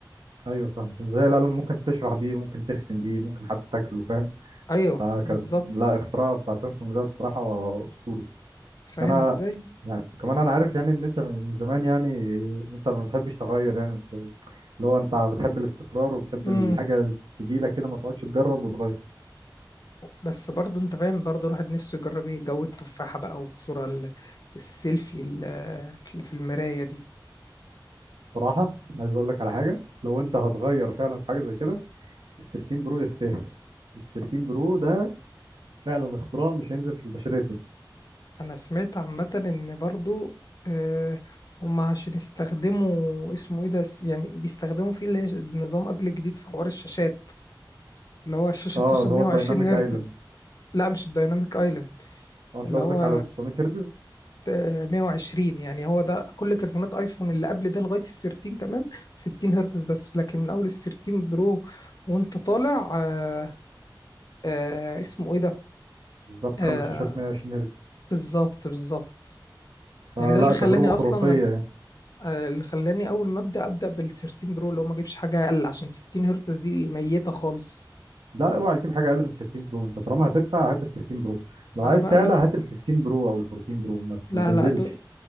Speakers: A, on the right; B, on the left.
A: ايوه فاهم ازاي القلم ممكن تشرح بيه ممكن ترسم بيه ممكن حتى تاكله فاهم
B: أيوه
A: فك...
B: بالظبط
A: لا اختراع بتاع سامسونج ده بصراحة اسطوري
B: فاهم
A: بس انا
B: إزاي؟
A: يعني كمان انا عارف يعني ان انت من زمان يعني انت ما بتحبش تغير يعني بت... اللي هو انت بتحب الاستقرار وبتحب
B: امم
A: الحاجة تجي لك كده ما تقعدش تجرب وتغير
B: بس برضه أنت فاهم برضه الواحد نفسه يجرب إيه جو التفاحة بقى والصورة ال- السيلفي ال- اللي في المراية دي
A: الصراحة عايز اقول لك على حاجة لو انت هتغير فعلا في حاجة زي كده ال 13 برو يستاهل ال 13 برو ده فعلا اختراع مش هينزل في البشرية تاني.
B: انا سمعت عامة ان برضو آه، هم عشان يستخدموا اسمه ايه ده س- يعني بيستخدموا فيه اللي هي نظام ابل جديد في حوار الشاشات اللي هو الشاشة
A: اه
B: بتوصل
A: اللي
B: 120
A: هو الدايناميك
B: هرتز
A: ايلاند
B: لا مش الدايناميك ايلاند
A: اه انت
B: اللي
A: قصدك
B: هو
A: على 900 هرتز
B: آه، 120 يعني هو ده كل تليفونات ايفون اللي قبل ده لغاية ال 13 كمان 60 هرتز بس لكن من اول ال 13 برو وانت طالع آه، آه، اسمه ايه ده
A: بالظبط
B: آه،
A: خلوا الشاشات 120 هرتز
B: بالظبط بالظبط
A: فلا
B: يعني ده اللي خلاني
A: تجربة
B: اصلا
A: خرافية يعني
B: آه، اللي خلاني اول ما ابدا ابدا بال 13 برو اللي هو ما اجيبش حاجه اقل عشان 60 هرتز دي ميته خالص
A: لا اوعى تجيب حاجة اقل من 13 برو انت طالما هتدفع هات ال 13 برو لو
B: ما
A: عايز
B: انا بقى
A: تعلى هات ال 15 برو او ال 14 برو بس
B: لا
A: ما تنزلش
B: لا دول